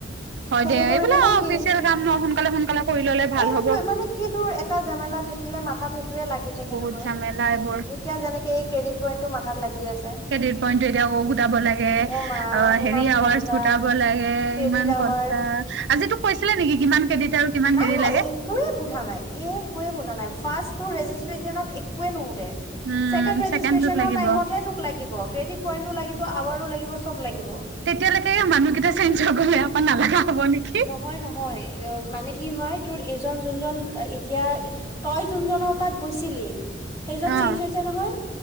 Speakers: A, on the right; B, on the left.
A: হয়
B: হেৰি
A: দে,
B: কৰিবি
A: এইবিলাক
B: নে
A: অ'
B: কি
A: অফিচিয়েল কাম ন সোনকালে সোনকালে কৰি ললে ভাল
B: এ সেইটোৱে,
A: হ'ব
B: মানে কি তোৰ এটা জামেলা থাকিলে মাথাত সেইটোয়ে লাগি থাকে
A: বহুত
B: নহয়,
A: ঝামেলা
B: উম।
A: এইবোৰ
B: এতিয়া যেনেকে এই ক্ৰেডিট পইণ্টটো মাথাত লাগি আছে।
A: ক্ৰেডিট পইণ্টটো এতিয়া গোটাব লাগে।
B: অ' মা
A: অ',
B: ইমান
A: হেৰি আৱাজ
B: ঘন্টা
A: গোটাব লাগে
B: ক্ৰেডিট
A: ইমান
B: আৱাৰ
A: ঘণ্টা, আজি তোক কৈছিলে নেকি কিমান ক্ৰেডিট আৰু কিমান
B: নাই
A: হেৰি
B: নাই
A: লাগে?
B: একোৱে সোধা নাই একেৱে সোধা নাই, ফাৰ্ষ্ট ৰেজিষ্ট্ৰেশ্যনত একোৱে নোশুধে।
A: উম
B: চেকেণ্ড ৰেজিষ্ট্ৰেশ্যন
A: ছেকেণ্ডটোত লাগিব
B: ৰ টাইমত হে তোক ক লাগিব ক্ৰেডিট পইন্টও লাগিব আৱাৰো লাগিব চব লাগিব।
A: তেতিয়ালৈকে মানুহকেইটা চেঞ্জ গ'লে আকৌ নালাগা হ'ব নেকি।
B: নহয়, নহয় মানে কি হয় তোৰ এইজন যোনজন এতিয়া তই যোনজনৰ তাত গৈছিলি, সেইজন
A: অ',
B: চেইঞ্জ হৈছে নহয়।